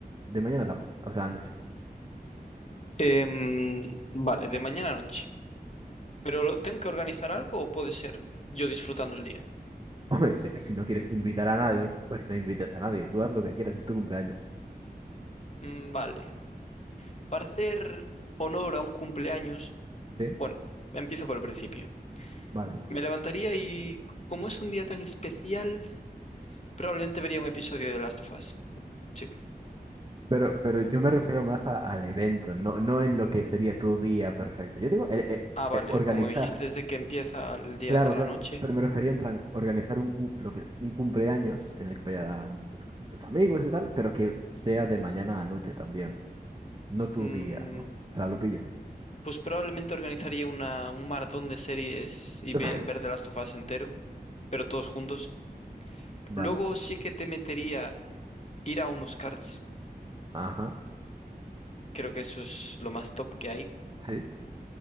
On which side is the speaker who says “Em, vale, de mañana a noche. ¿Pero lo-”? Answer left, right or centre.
Left